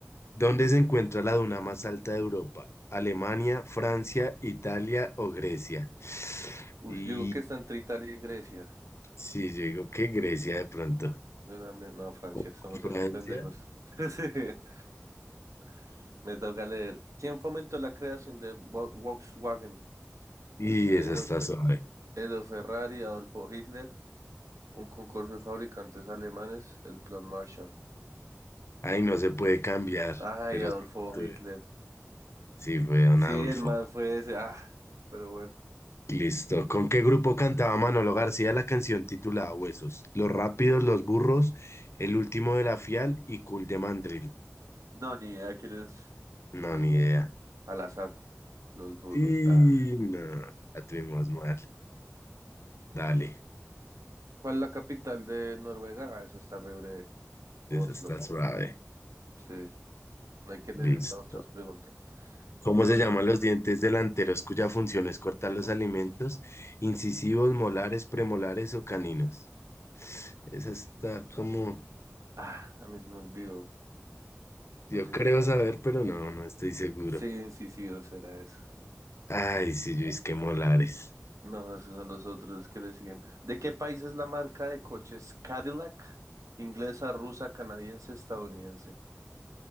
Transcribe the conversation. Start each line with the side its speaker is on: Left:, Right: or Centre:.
Left: ¿Dónde se encuentra la duna más alta de Europa? ¿Alemania, Francia, Italia o Grecia?
Right: Uy,
Left: Y
Right: yo digo que está entre Italia y Grecia.
Left: sí, yo digo que Grecia de pronto.
Right: Yo también- No, Francia,
Left: O
Right: somos
Left: Francia.
Right: unos pendejos. <laughs> Sí, Me toca leer. ¿Quién fomentó la creación de Vol- Volkswagen?
Left: Y
Right: Edo,
Left: esa está
Right: Fe-
Left: suave.
Right: Edo Ferrari, Adolfo Hitler, un concurso de fabricantes alemanes, el Plan Marshall.
Left: Ahí no se puede cambiar,
Right: Ay,
Left: pero
Right: Adolfo
Left: sí, tuve-
Right: Hitler.
Left: sí fue Don
Right: Sí,
Left: Adolfo.
Right: el man fue ese. Ah, pero bueno.
Left: Listo. ¿Con qué grupo cantaba Manolo García la canción titulada Huesos? Los Rápidos, Los Burros, El Último de la Fial y Cool de Mandril.
Right: No, ni idea quién es.
Left: No,
Right: No,
Left: ni
Right: ni idea.
Left: idea.
Right: Al azar, los burros.
Left: Y
Right: Ah.
Left: no, la tuvimos mal. Dale.
Right: ¿Cuál es la capital de Noruega? Ah, esa está re breve. Oslo.
Left: Esa está suave.
Right: Sí, no hay que leer
Left: Listo.
Right: las otras preguntas.
Left: ¿Cómo
Right: Digo,
Left: se llaman
Right: la otra.
Left: los dientes delanteros cuya función es cortar los alimentos? Incisivos, molares, premolares o caninos. Esa está como,
Right: Ah, a mí se me olvidó. Los
Left: yo
Right: incis-
Left: creo saber, pero no, no estoy seguro.
Right: sí, incisivos era eso.
Left: Ay, sí, Luis, que molares.
Right: No, esos son los otros que le siguen. ¿De qué país es la marca de coches Cadillac? Inglesa, rusa, canadiense, estadounidense.